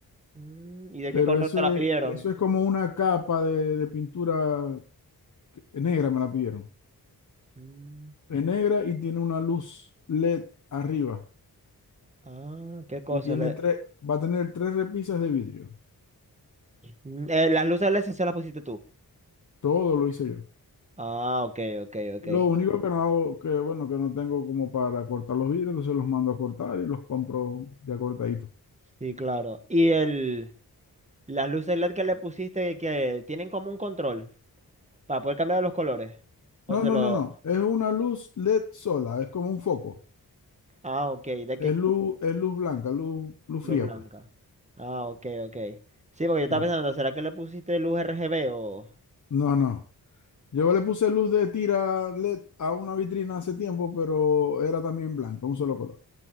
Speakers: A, on the right; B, on the left.
A: Mm, ¿y de
B: Pero
A: qué color
B: eso
A: te la
B: es,
A: pidieron?
B: eso es como una capa de, de pintura negra, me la pidieron.
A: Mm,
B: Es negra y tiene una luz LED arriba.
A: ah, qué cosa.
B: Y tiene
A: le-
B: tres, va a tener tres repisas de vidrio.
A: Mm, eh, las luces LED sí se las pusiste tú.
B: Todo lo hice yo.
A: Ah, ok, ok, ok.
B: Lo único que no hago, que bueno, que no tengo como para cortar los vidrios, entonces los mando a cortar y los compro ya cortaditos.
A: Sí, claro. Y el, las luces LED que le pusiste que tienen como un control para poder cambiar los colores. O
B: No,
A: se
B: no,
A: lo.
B: no, no. Es una luz LED sola, es como un foco.
A: Ah, ok. ¿De
B: Es
A: qué
B: luz, es luz blanca, luz, luz
A: Luz
B: fría,
A: blanca.
B: pues.
A: Ah, ok, ok. Sí, porque yo estaba
B: Sí.
A: pensando, ¿será que le pusiste luz RGB o...?
B: No, no. Yo le puse luz de tira LED a una vitrina hace tiempo, pero era también blanca, un solo color.